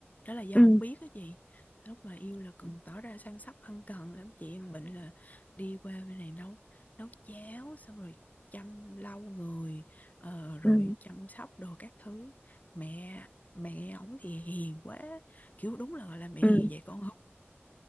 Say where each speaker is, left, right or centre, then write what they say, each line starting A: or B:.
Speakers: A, on the left; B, on the left.
A: đó là do
B: ừ
A: không biết á chị lúc mà yêu là cần tỏ ra săn sóc ân cần lắm chị em bệnh là đi qua bên này nấu nấu cháo xong rồi chăm lau người ờ, rồi
B: ừ
A: chăm sóc đồ các thứ mẹ mẹ ổng thì hiền quá kiểu đúng là gọi là mẹ hiền
B: ừ
A: vậy con không